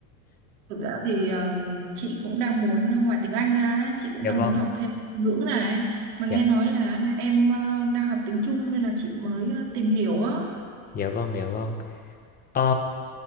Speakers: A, on the right; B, on the left.
A: Thực ra thì ờ, chị cũng đang muốn, ờ, ngoài tiếng Anh ra, ấy, chị cũng
B: Dạ
A: đang
B: vâng.
A: muốn học thêm ngữ này. Mà nghe
B: Dạ,
A: nói là em ờ, đang học tiếng Trung nên là chị mới ờ, tìm hiểu á.
B: dạ vâng, dạ vâng. Ờ,